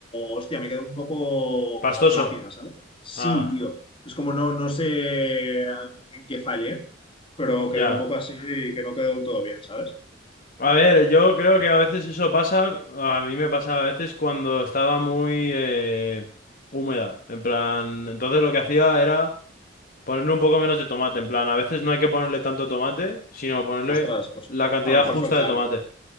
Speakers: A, on the left (about 30°); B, on the left (about 50°).
A: hostia, me quedó un poco
B: Pastoso.
A: como flácida, ¿sabes? Sí,
B: Ah,
A: tío. Es como no, no sé en qué fallé, pero quedó
B: ya.
A: un poco así y que no quedó del todo bien, ¿sabes?
B: A ver, yo creo que a veces eso pasa, a mí me pasaba a veces cuando estaba muy eh, húmeda. En plan, entonces lo que hacía era... Ponerle un poco menos de tomate, en plan, a veces no hay que ponerle tanto tomate, sino ponerle
A: Ostras, pues
B: la cantidad
A: a lo mejor
B: justa
A: fue el fallo.
B: de tomate.